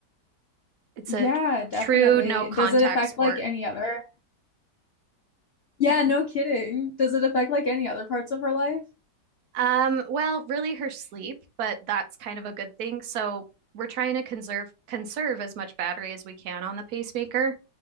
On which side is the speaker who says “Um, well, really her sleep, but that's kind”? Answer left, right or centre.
Right